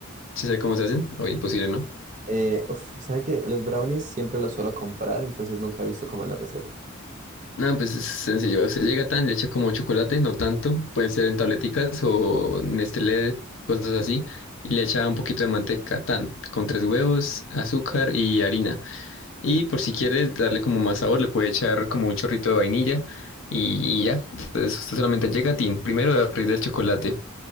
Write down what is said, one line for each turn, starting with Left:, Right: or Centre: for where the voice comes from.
Left: ¿sí sabe cómo se hacen? O imposible, ¿no?
Right: Eh, uf, ¿sabe qué? Los brownies siempre los suelo comprar, entonces nunca he visto como la receta.
Left: No, pues es sencillo, usted llega tan, le echa como chocolate, no tanto, pueden ser en tableticas o Nestlé, cosas así, y le echa un poquito de manteca, tan, con tres huevos, azúcar y harina. Y por si quieres darle como más sabor, le puede echar como un chorrito de vainilla y, y ya. Entonces usted solamente llega, tin, primero le derrite del chocolate,